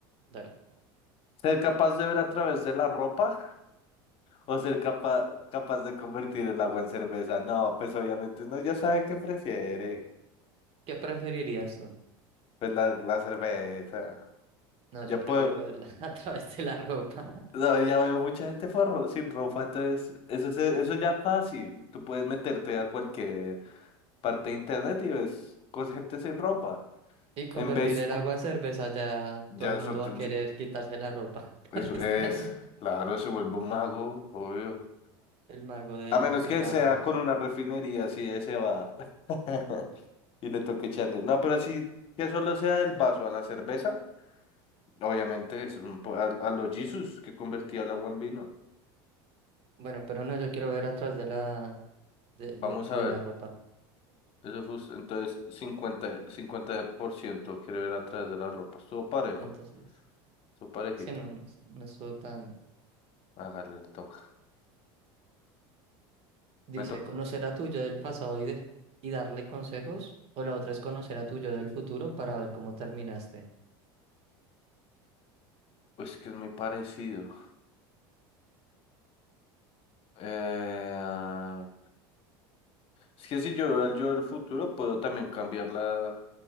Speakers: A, on the right; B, on the left.
A: Dale.
B: Ser capaz de ver a través de la ropa o ser capa capaz de convertir el agua en cerveza. No, pues obviamente uno ya sabe qué prefiere.
A: ¿Qué preferirías tú?
B: Pues la, la cerveza.
A: No,
B: Ya
A: yo
B: puedo,
A: prefiero verla <laughs> a través de la ropa.
B: no, ya veo mucha gente por ro- sin ropa, entonces eso, se- eso ya es fácil. Tú puedes meterte a cualquier parte de internet y ves cos- gente sin ropa.
A: Y convertir
B: En vez,
A: el
B: cu-
A: agua en cerveza, ya
B: ya
A: todo el
B: es
A: mundo
B: otro,
A: va a querer
B: yo-
A: quitarse la ropa <laughs>
B: eso
A: por estar
B: es, claro, se vuelve un mago, obvio.
A: el mago del,
B: A menos
A: del
B: que
A: agua.
B: sea con una refinería, así ese va. <laughs> Y le toque echarle. No, pero así que solo sea del vaso a la cerveza, obviamente es un po- a, a los Jesus que convertía el agua en vino.
A: Bueno, pero no, yo quiero ver atrás de la, de,
B: Vamos
A: de, de
B: a ver.
A: la ropa.
B: Eso fue, us- entonces cincuenta, cincuenta por ciento quiere ver a través de la ropa. Estuvo parejo,
A: Entonces dice,
B: estuvo parejito.
A: sí, no, no, es- no estuvo tan...
B: Hágale, le toca.
A: Dice,
B: Me toca.
A: conocer a tu yo del pasado y, de- y darle consejos, o la otra es conocer a tu yo del futuro para ver cómo terminaste.
B: Pues que es muy parecido. Eh, ah, es que si yo veo al yo del futuro, puedo también cambiarla.